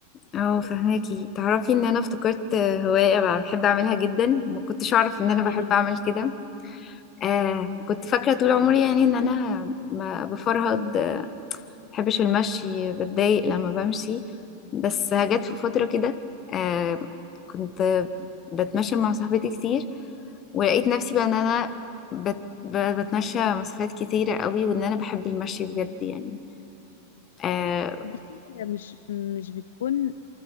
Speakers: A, on the left; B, on the left.
A: اه فهماكي تعرفي ان انا افتكرت هواية بقى بحب اعملها جدا ما كنتش اعرف ان انا بحب
B: إيه،
A: اعمل كده آه كنت فاكرة طول عمري يعني ان انا ما بفرهد بحبش المشي بتضايق لما بمشي بس جت في فترة كده آه كنت بتمشى مع صاحبتي كتير ولقيت نفسي بقى ان انا بت ب- بتمشى مسافات كتيرة قوي وان انا بحب المشي بجد يعني آه
B: بصي هي مش مش بتكون